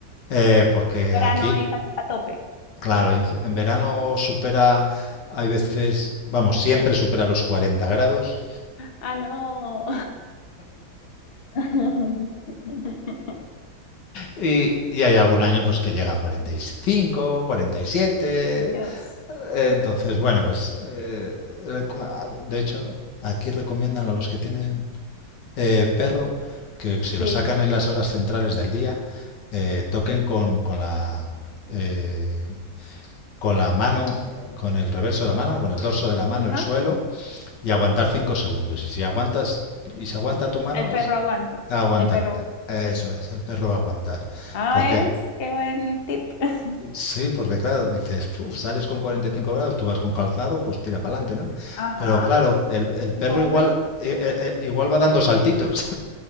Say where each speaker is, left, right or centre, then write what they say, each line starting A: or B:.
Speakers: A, on the left; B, on the left.
A: eh, porque
B: Verano
A: aquí,
B: ahí ta- a, tope.
A: claro, en, en verano
B: Ujú.
A: supera, hay veces, vamos, siempre supera los cuarenta grados.
B: Ah, no. <laughs>
A: Y, y hay algún año pues que llega a 45, 47.
B: Dios.
A: Entonces, bueno, pues eh, de hecho, aquí recomiendan a los que tienen eh, perro que si
B: Sí.
A: lo sacan en las horas centrales del día, eh, toquen con, con la, eh, con la mano, con el reverso de la mano, con el dorso de la mano,
B: Ajá.
A: el suelo, y aguantar 5 segundos. Y si aguantas, y si aguanta tu mano,
B: El perro
A: es
B: aguanto.
A: aguantar.
B: El perro,
A: Eh,
B: sí.
A: Eso es, el perro va a aguantar.
B: Ah,
A: Porque,
B: es, qué buen tip. <laughs>
A: sí, porque claro, dices, "Uf, sales con 45 grados, tú vas con calzado, pues tira para adelante, ¿no?
B: Ajá.
A: Pero claro, el, el perro
B: El pobre
A: igual,
B: perro.
A: eh, eh, eh, igual va dando saltitos